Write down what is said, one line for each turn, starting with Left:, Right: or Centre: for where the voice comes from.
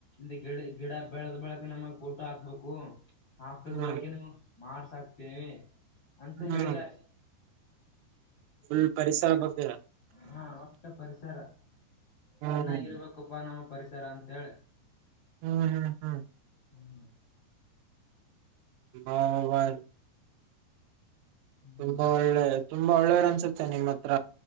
Left: ಇ ಗಿಡ ಗಿಡ ಬೆಳೆದ ಬೆಳಕ ನಮಗ್ ಫೋಟೋ ಹಾಕ್ಬೇಕು. ಹಾಕದ
Right: ಹ್ಮ್
Left: ಬಳಕೆನು ಮಾರ್ಸಾಕ್ತೀನವಿ ಅಂತ
Right: ಹ್ಮ್
Left: ಹೇಳಿದಿದ್ದಾರೆ.
Right: ಫುಲ್ ಪರಿಸರ ಬಗ್ಗೆ
Left: ಹಾ ಪಟ್ಟ ಪರಿಸರ
Right: ಹ್ಮ್
Left: ಚೆನ್ನಾಗಿರ್ಬೇಕ ಉಪ್ಪ ನಮ್ಮ ಪರಿಸರ ಅಂತೇಳಿ
Right: ಹ್ಮ್ ಹ್ಮ್ ಹ್ಮ್
Left: ಹ್ಮ
Right: ಹಿಬಲ್
Left: ಹ್ಮ್
Right: ತುಂಬಾ ಒಳ್ಳೆ ತುಂಬಾ ಒಳ್ಳೆಯವರ್ ಅನ್ಸುತ್ತೆ ನಿಮ್ಮ ಹತ್ರ.